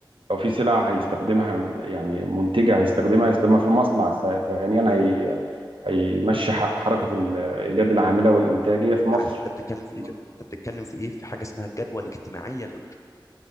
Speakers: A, on the right; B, on the left.
A: لو في سلعة هيستخدمها يعني منتجة هيستخدمها هيستخدمها في المصنع س- ثانيا هي هيمشي ح- حركة ال- اليد العاملة والإنتاجية في مصر
B: عارف انت بتتكلم في ايه
A: تمام.
B: كده انت بتتكلم في ايه في حاجه اسمها الجدوى الاجتماعيه للمشروع